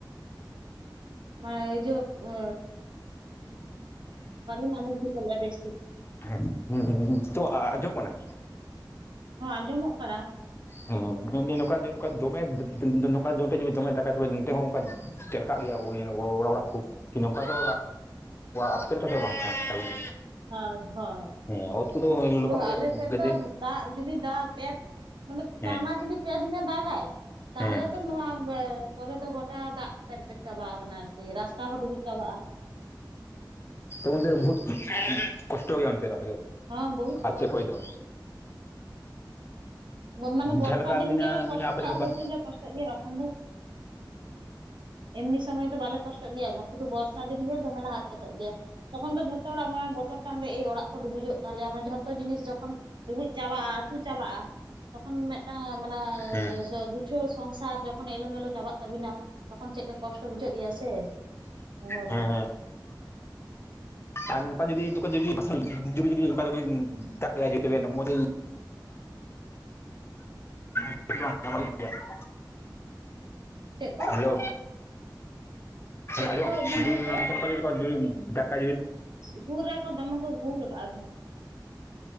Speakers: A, on the right; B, on the left.
A: ᱵᱟᱭ ᱡᱳᱠ ᱮ ᱵᱟᱹᱞᱤᱧ ᱟᱸᱡᱚᱢ ᱴᱷᱤᱠᱟᱹ ᱞᱮᱫᱟ ᱵᱮᱥ ᱴᱷᱤᱠ
B: ᱦᱮᱸ ᱱᱤᱛᱚᱜ ᱟᱸᱡᱚᱢ ᱠᱟᱱᱟ
A: ᱦᱚᱸ ᱟᱸᱡᱚᱢᱚᱜ ᱠᱟᱱᱟ
B: ᱦᱮᱸ ᱱᱚᱝᱠᱟ ᱱᱚᱝᱠᱟ ᱫᱚᱢᱮ ᱱᱚᱝᱠᱟ ᱡᱩᱫᱤ ᱫᱚᱢᱮ ᱫᱟᱜᱟᱭ ᱛᱚᱵᱮ ᱱᱚᱛᱚ ᱦᱚᱸ ᱟᱠᱟᱫ ᱜᱮᱭᱟ ᱚᱲᱟᱜ ᱚᱲᱟᱜ ᱠᱚ ᱱᱚᱝᱠᱟ ᱫᱚ ᱟᱯᱮ <unintelligible>
A: ᱦᱚᱭ‌ ᱚ
B: ᱦᱮᱸ ᱚᱛ ᱠᱚᱫᱚ ᱞᱚᱦᱚᱫ
A: ᱚ
B: ᱜᱮᱭᱟ
A: ᱟᱞᱮ ᱥᱮᱫ
B: ᱜᱟᱫᱮ
A: ᱫᱚᱢ ᱫᱟᱜ ᱡᱩᱫᱤ ᱫᱟᱜ ᱯᱮ ᱢᱟᱱᱮ
B: ᱦᱮᱸ
A: ᱴᱟᱱᱟ ᱡᱩᱫᱤ ᱯᱮ ᱫᱤᱱᱮ ᱫᱟᱜᱟᱭ ᱛᱟᱦᱚᱞᱮ
B: ᱦᱮᱸ
A: ᱫᱚ ᱱᱚᱣᱟ ᱠᱚᱨᱮ ᱫᱚ ᱜᱚᱴᱟ ᱫᱟᱜ ᱯᱮᱨᱮᱡ ᱪᱟᱵᱟ ᱠᱟᱱᱟ ᱟᱨᱠᱤ ᱨᱟᱥᱛᱟ ᱦᱚᱸ ᱰᱩᱵᱩᱡ ᱪᱟᱵᱟᱜᱼᱟ
B: ᱦᱩᱸ ᱛᱚ ᱵᱚᱦᱩᱛ ᱠᱚᱥᱴᱚ ᱜᱮᱭᱟ ᱚᱱᱛᱮ ᱫᱚ
A: ᱦᱚᱸ ᱵᱚᱦᱩᱛ
B: ᱟᱨ ᱪᱮᱫ ᱠᱚᱭ ᱫᱚ᱾
A: ᱚ ᱢᱟᱱᱮ ᱵᱚᱨᱥᱟ
B: ᱡᱟᱦᱟᱸ ᱞᱮᱠᱟ
A: ᱫᱤᱱ
B: ᱢᱮᱱᱟᱜᱼᱟ
A: ᱜᱮᱞᱮ ᱠᱚᱥᱴᱚᱜᱼᱟ
B: ᱢᱮᱱᱟᱜᱼᱟ ᱟᱯᱮ ᱥᱮᱫ ᱱᱚᱝᱠᱟ
A: ᱯᱨᱚᱪᱩᱨ ᱞᱮ ᱠᱚᱥᱴᱚᱜ ᱜᱮᱭᱟ ᱵᱟᱠᱷᱟᱱ ᱫᱚ᱾ ᱮᱢᱱᱤ ᱥᱚᱢᱚᱭ ᱫᱚ ᱵᱟᱞᱮ ᱠᱚᱥᱴᱚᱜ ᱜᱮᱭᱟ ᱥᱩᱫᱷᱩ ᱵᱚᱨᱥᱟ ᱫᱤᱱ ᱜᱮ ᱫᱚᱢᱮ ᱦᱟᱨᱠᱮᱛᱚᱜ ᱜᱮᱭᱟ ᱛᱚᱠᱷᱚᱱ ᱫᱚ ᱡᱷᱚᱛᱚ᱾ ᱡᱚᱛᱚ ᱦᱚᱲᱟᱜ ᱢᱟᱱᱮ ᱵᱚᱛᱚᱨ ᱛᱟᱦᱮᱱ ᱫᱚ ᱮᱹᱭ ᱚᱲᱟᱜ ᱠᱚ ᱰᱩᱵᱩᱡᱚᱜ ᱛᱟᱞᱮᱭᱟ ᱢᱟᱱᱮ ᱡᱷᱚᱛᱚ ᱡᱤᱱᱤᱥ ᱡᱚᱠᱷᱚᱱ ᱰᱩᱵᱩᱡ ᱪᱟᱵᱟᱜᱼᱟ᱾ ᱟᱹᱛᱩ ᱪᱟᱵᱟᱜᱼᱟ ᱢᱤᱫᱴᱟᱝ ᱢᱟᱱᱮ
B: ᱦᱮᱸ
A: ᱜᱩᱪ ᱠᱤᱪᱷᱩ ᱥᱚᱝᱥᱟᱨ ᱡᱚᱠᱷᱚᱱ ᱮᱞᱚ ᱢᱮᱞᱚ ᱪᱟᱵᱟᱜ ᱛᱟᱵᱤᱱᱟ ᱛᱚᱠᱷᱚᱱ ᱪᱮᱫ ᱞᱮᱠᱟ ᱠᱚᱥᱴᱚ ᱵᱩᱡᱷᱟᱹᱜ ᱜᱮᱭᱟ ᱥᱮ ᱦᱚᱭ
B: ᱦᱮᱸ ᱟᱨ ᱱᱚᱝᱠᱟ ᱡᱩᱫᱤ ᱱᱚᱝᱠᱟ ᱡᱩᱫᱤ ᱡᱩᱤ ᱱᱚᱝᱠᱟ ᱡᱩᱫᱤ ᱫᱟᱜᱟᱭ ᱡ ᱢᱚᱛᱚ ᱵᱟᱝ <unintelligible>
A: ᱪᱮᱫ ᱠᱚ
B: ᱦᱮᱞᱚ
A: ᱪᱮᱫ
B: ᱟᱸᱡᱚᱢ
A: ᱠᱚ ᱵᱤᱱ
B: ᱡᱩᱫᱤ
A: ᱞᱟᱹᱭ ᱠᱮᱜᱼᱟ
B: ᱱᱚᱠᱟ ᱫᱟᱠᱟ
A: ᱥᱩᱨ ᱨᱮᱠᱚ ᱫᱚᱢᱮ ᱠᱚ ᱜᱩᱞ ᱠᱟᱜᱼᱟ